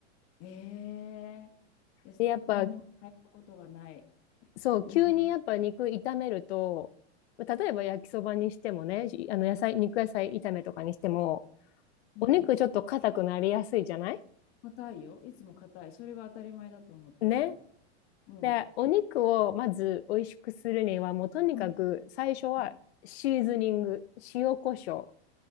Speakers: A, on the left; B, on the left.
A: ええー、いや何にも変えたことがない。
B: で、やっぱそう、
A: うん、
B: 急にやっぱ肉炒めると、例えば焼きそばにしてもね、しあの野菜、肉野菜炒めとかにしても、
A: うん。
B: お肉ちょっと硬くなりやすいじゃない
A: 硬いよ。いつも硬い。それが当たり前だと思ってるけど。
B: ね。
A: うん。
B: で、お肉をまず美味しくするには、もうとにかく最初はシーズニング、
A: うん、うん、うん。
B: 塩コショウ、